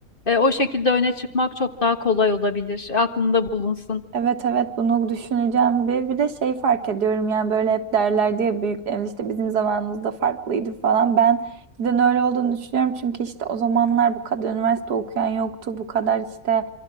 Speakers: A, on the left (about 35°); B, on the right (about 70°).
A: e, o şekilde öne çıkmak çok daha kolay olabilir. E, aklında bulunsun.
B: Evet evet bunu düşüneceğim bir bir de şey fark ediyorum yani böyle hep derlerdi ya büyüklerimiz işte bizim zamanımızda farklıydı falan ben cidden öyle olduğunu düşünüyorum çünkü işte o zamanlar bu kadar üniversite okuyan yoktu bu kadar işte